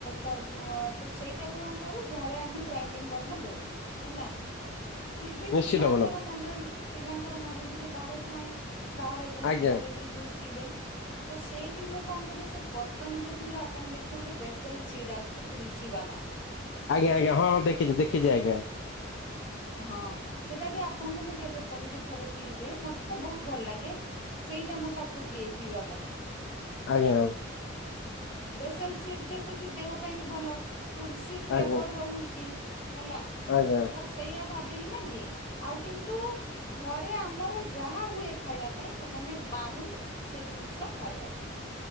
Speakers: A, on the left; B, on the left.
A: ତରବୁ ତ ସେଇଟାକୁ କଣ କରୁ ଘରେ ଆମେ ଗ୍ରାଇଣ୍ଡିଙ୍ଗ କରିନା ଦଉ ହେଲା ଫିର୍ ବି
B: ନିଶ୍ଚିତ
A: ପିଲାଙ୍କର
B: ମ୍ୟାଡ଼ାମ
A: ମନ ପିଲାଙ୍କର ମନ ଟିକେ ଭାରେ ଥାଏ ବାହାରେ କୋଉଠିକି
B: ଆଜ୍ଞା।
A: ଗଲେ ଟିକେ ଜୁସ୍ ପିଇବେ ତ ସେଇଠି ମୁଁ କଣ କରେ ସେ ପତଞ୍ଜଲିର ଆପଣ ଦେଖିବେ ଗୋଟେ ବେସେଲ୍ ସିଡ ଆସୁଛି ତୁଲସୀ ବାଲା
B: ଆଜ୍ଞା ଆଜ୍ଞା ହଁ ହଁ ଦେଖିଛି ଦେଖିଛି ଆଜ୍ଞା।
A: ହଁ ସେଟା ବି ଆପଣଙ୍କୁ ମୁଁ କେବେ କହିବି ଥରେ ପିଇବେ ମତେ ତ ବହୁତ ଭଲ ଲାଗେ ସେଇଟା ମୁଁ ତାକୁ ଦିଏ ପିଇବା ପାଇଁ।
B: ଆଜ୍ଞା।
A: ବେସେଲ ସିଡ଼ ଯେହେତୁ ଅଛି ଦେହ ପାଇଁ ବି ଭଲ। ତୁଲସୀ ଫ୍ଲେବର
B: ଆଜ୍ଞା
A: ରହୁଚି। ହେଲା
B: ଆଜ୍ଞା।
A: ତ ସେଇଆ ଭାବ୍ ବି କିନା ଦିଏ ଆଉ କିନ୍ତୁ ଘରେ ଆମର ଯାହା ହୁଏ ଖାଇଆ ପାଇଁ ସେମାନେ ବାଉଣ୍ଡ ସେ ଜିନିଷ ଖାଇଆ ପାଇଁ।